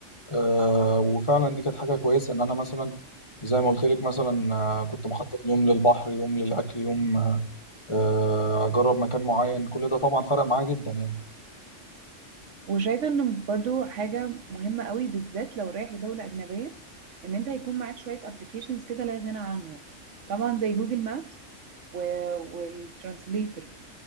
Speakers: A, on the left; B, on the right.
A: آه، وفعلا دي كانت حاجه كويسه ان انا مثلا زي ما قلت لك مثلا آه، كنت مخطط يوم للبحر يوم للاكل يوم آه، اجرب مكان معين كل ده طبعا فرق معايا جدا يعني
B: وشايفة ان برضو حاجة مهمة قوي بالذات لو رايح دولة اجنبية ان انت هيكون معاك شوية ابلكيشنز كده لا غنى عنهم طبعا زي جوجل مابس والترانسليتر